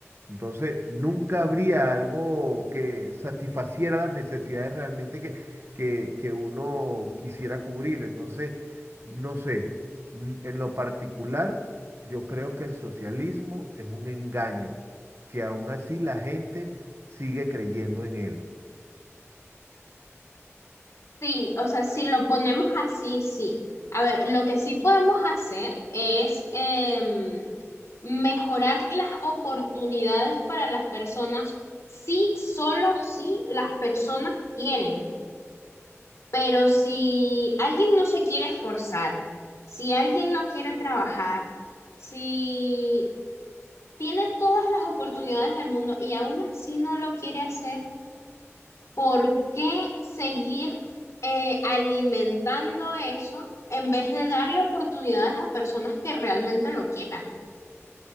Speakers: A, on the right; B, on the left.
A: Entonces, nunca habría algo que satisfaciera las necesidades realmente que, que, que uno quisiera cubrir. Entonces, no sé, n- en lo particular, yo creo que el socialismo es un engaño, que aún así la gente sigue creyendo en él.
B: Sí, o sea, si lo ponemos así, sí. A ver, lo que sí podemos hacer es em, mejorar las oportunidades para las personas si, solo si las personas quieren. Pero si alguien no se quiere esforzar, si alguien no quiere trabajar, si tiene todas las oportunidades del mundo y aún así no lo quiere hacer, ¿por qué seguir eh, alimentando eso en vez de darle oportunidades a personas que realmente lo quieran?